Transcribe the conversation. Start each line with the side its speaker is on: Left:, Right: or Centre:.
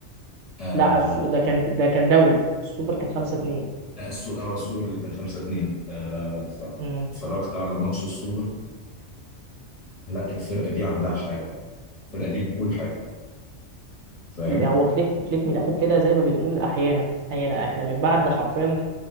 Left: آه
Right: لا الس- ده كان ده كان دوري السوبر كان 5 2
Left: لا السو... آه السوبر اللي كان 5 2 آه
Right: امم
Left: فاتفرجت على ماتش السوبر لا الفرقة دي عندها حاجة الفرقة دي بتقول حاجة فاهم
Right: هو فليك فليك من الاخر كده زي ما بنقول احيانا احيانا احنا من بعد حرفيا